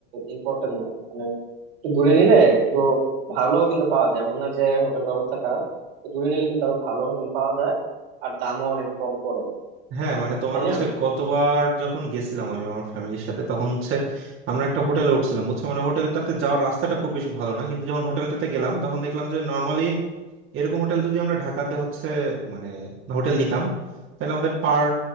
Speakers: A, on the right (about 65°); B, on the right (about 40°).
A: ইম্পর্টেন্ট না মানে একটু দূরে নিলে একটু ভালো কিন্তু পাওয়া যায় এমন না যে হোটেলের অবস্থা খারাপ তো দূরে নিলে কিন্তু আরো ভালো হোটেল পাওয়া যায় আর দামও অনেক কম পড়ে
B: হ্যাঁ মানে তোমার
A: তাই
B: হচ্ছে
A: না
B: গতবার যখন গেছিলাম আমি আমার ফ্যামিলির সাথে তখন হচ্ছে আমরা একটা হোটেলে উঠছিলাম বুঝছো মানে হোটেলটাতে যাওয়ার রাস্তাটা খুব বেশি ভালো না কিন্তু যখন হোটেলটাতে গেলাম তখন দেখলাম যে নর্মালি এরকম হোটেল যদি আমরা ঢাকাতে হচ্ছে মানে হোটেল নিতাম তাহলে আমাদের পার